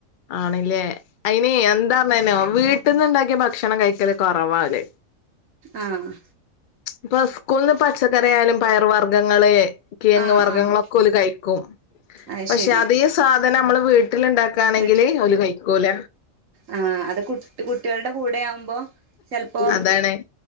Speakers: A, on the left; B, on the right.
A: ആണല്ലേ അയിന് എന്താ ന്ന റിയോ വീട്ടിൽന്ന് ഉണ്ടാക്കിയ ഭക്ഷണം കഴിക്കല് കുറവാണ്.
B: ആഹ.
A: ഇപ്പൊ സ്കൂള്ന്ന് പച്ചക്കറിആയാലും പയറ് വർഗ്ഗങ്ങള്. കീഴങ്ങ്
B: ആഹ്
A: വർഗ്ഗങ്ങളൊക്കെ
B: ആഹ്
A: ഓര് കഴിക്കും
B: അത്
A: പക്ഷെ
B: ശരി
A: അതെ സാധനം നമ്മള് വീട്ടിലുണ്ടാക്കകൊല. ആണെങ്കില്
B: വീട്ട്
A: ഓല് കഴിക്കൂല.
B: ആ അത് കു കുട്ടികളുടെ കൂടെ ആകുമ്പോ ചിലപ്പോ
A: അതാണ്